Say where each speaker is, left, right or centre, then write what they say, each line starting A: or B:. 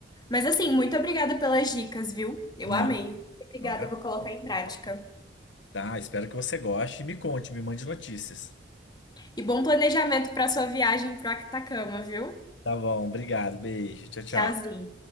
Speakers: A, on the left; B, on the left.
A: Mas assim, muito obrigada pelas dicas, viu? Eu
B: Não,
A: amei. Obrigada,
B: eu agradeço
A: eu vou colocar em
B: pelo
A: prática.
B: papo. Tá, espero que você goste. Me conte, me mande notícias.
A: E bom planejamento pra sua viagem pro Actacama, viu?
B: Tá bom, obrigado. Beijo. Tchau, tchau.
A: Tchauzinho.